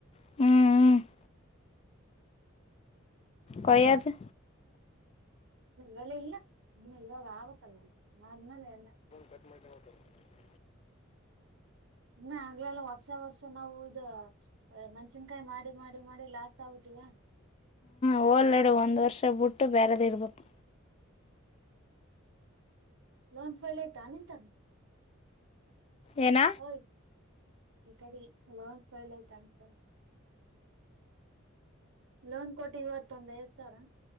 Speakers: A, on the left (about 30°); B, on the right (about 65°).
A: ಹ್ಮ್ ಹ್ಮ್ ಕ್ಯಯದು
B: ಇವೆಲ್ಲ ಇಲ್ಲ ಇನ್ನ ಇವಾಗ ಆಕ್ಲ್ಲ ಆದ್ಮೇಲೆ ಎಲ್ಲ
A: ಬತ್ ಮಾಡತ <inaudible>
B: ಇ ಆಗ್ಲೆಲ್ಲ ವರ್ಷ ವರ್ಷ ನಾವು ಇದ ಮಣ್ಸಿನ್ಕಾಯಿ ಮಾಡಿ ಮಾಡಿ ಮಾಡಿ ಲಾಸ್ ಆಗುದಿವಾ
A: ಹೋಲ್ಡು ಒಂದ್ ವರ್ಷ ಬಿಟ್ಟು ಬೇಾರದ ಇಡ್ಬೇಕು
B: ಲೋನ್ ಫೈಲ್ ಯಐತಾ ನಿಂತ
A: ಏನ
B: ಹ ಇಕಡೆ ಲೋನ್ ಸಫೈಲಯತ ಆಮಚ ಲೋನ್ ಕೊಟ್ಟಿ ಇವತ್ತೊಂದ ಐದ್ ಸಾವಿರ